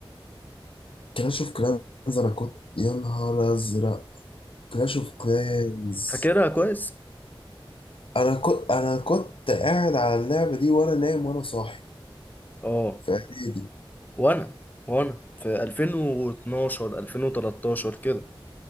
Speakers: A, on the left (about 75°); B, on the left (about 20°).
A: كلاش اوف كلانز انا كنت يا نهار ازرق كلاش اوف كلانز
B: فاكرها كويس؟
A: انا كنت انا كنت قاعد على اللعبه دي وانا نايم وانا صاحي
B: آه
A: في اعدادي
B: وأنا وأنا في 2012 2013 كده